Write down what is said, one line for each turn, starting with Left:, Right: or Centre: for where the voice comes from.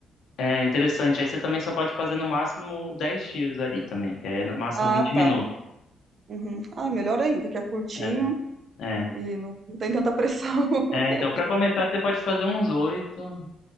Left: É interessante. Aí você também só pode fazer no máximo 10 tiros ali também, que aí é no máximo
Right: Ah,
Left: 20 minutos.
Right: tá. Uhum. Ah, melhor ainda, que é curtinho
Left: É, é.
Right: e não, não tem tanta pressão. <laughs>
Left: É, então, para começar, você pode fazer uns oito.